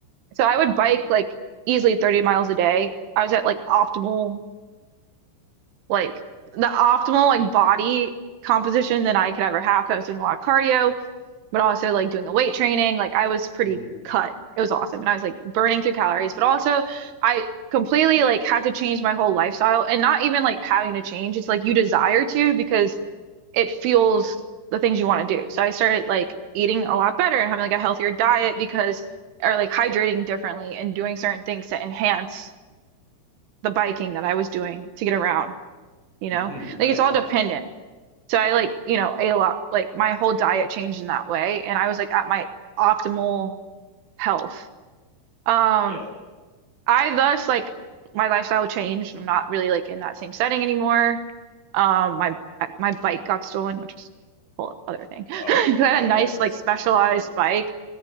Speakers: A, on the right; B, on the left.
A: So I would bike like easily 30 miles a day. I was at like optimal like the optimal like body composition that I could ever have. I was doing a lot of cardio, but also like doing the weight training. Like I was pretty
B: hmm
A: cut. It was awesome. And I was like burning through calories, but also I completely like had to change my whole lifestyle and not even like having to change. It's like you desire to because it fuels the things you want to do. So I started like eating a lot better and having like a healthier diet because or like hydrating differently and doing certain things to enhance the biking that I was doing to get around you
B: hmm
A: know?
B: That
A: Like
B: makes
A: it's all
B: sense.
A: dependent. So I like, you know, ate a lot, like my whole diet changed in that way, and I was like at my optimal health. Um,
B: Yeah.
A: I thus like my lifestyle changed. I'm not really like in that same setting anymore. Um, my my bike got stolen, which is a whole other thing. <laughs> 'Cause
B: Oh,
A: I
B: wow.
A: had a
B: Yeah,
A: nice
B: that's
A: like specialized
B: a nightmare.
A: bike,